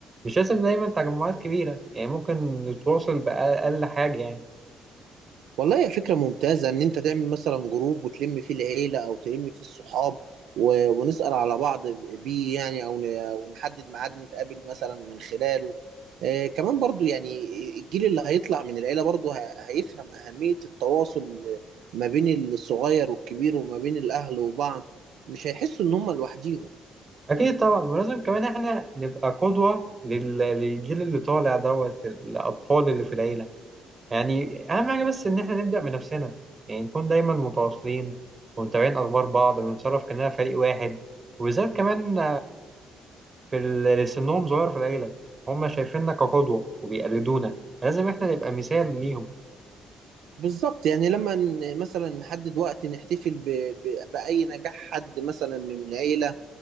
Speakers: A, on the right (about 35°); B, on the right (about 80°).
A: مش لازم دايما تجمعات كبيرة يعني ممكن نتواصل بأقل حاجة يعني
B: والله هي فكرة ممتازة إن أنت تعمل مثلا جروب وتلم فيه العيلة أو تلم فيه الصحاب و... ونسأل على بعض بيه يعني أو ن... أو نحدد ميعاد نتقابل مثلا من خلاله آه كمان برضو يعني الجيل اللي هيطلع من العيلة برضو ه... هيفهم أهمية التواصل ما بين الصغير والكبير وما بين الأهل وبعض مش هيحسوا إن هم لوحديهم
A: أكيد طبعا ولازم كمان احنا نبقى قدوة لل- للجيل اللي طالع دوت الأطفال اللي في العيلة يعني أهم حاجة بس إن احنا نبدأ بنفسنا يعني نكون دايما متواصلين ومتابعين أخبار بعض ونتصرف كأننا فريق واحد وبالذات كمان في ال- اللي سنهم صغير في العيلة هم شايفيننا كقدوة وبيقلدونا لازم احنا نبقى مثال ليهم
B: بالظبط يعني لما ن- مثلا نحدد وقت نحتفل ب... ب... بأي نجاح حد مثلا من العيلة